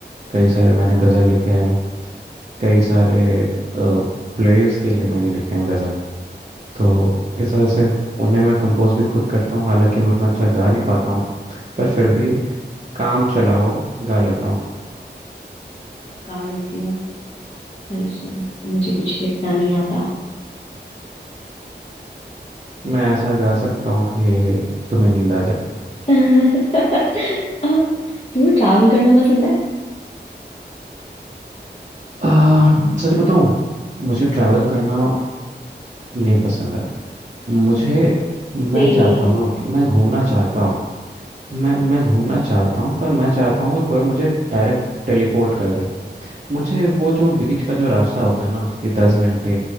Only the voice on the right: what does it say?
कई सारे मैंने गज़ल लिखे हैं कई सारे प्लेयर्स के लिए मैंने लिखे हैं गज़ल तो इस वजह से उन्हें मैं कंपोज भी खुद करता हूँ हालांकि मैं उतना अच्छा गा नहीं पाता हूँ पर फिर भी काम चलाओ गा लेता हूँ
मैं ऐसा गा सकता हूँ कि तुम्हें नींद आ जाए
आ, सच बताऊँ मुझे ट्रैवल करना नहीं पसंद है मुझे मैं
चाहता हूँ ना कि मैं घूमना चाहता हूँ मैं मैं घूमना चाहता हूँ पर मैं चाहता हूँ कि कोई मुझे डायरेक्ट टेलीपोर्ट कर दे मुझे वो जो बीच का जो रास्ता होता है ना कि दस घंटे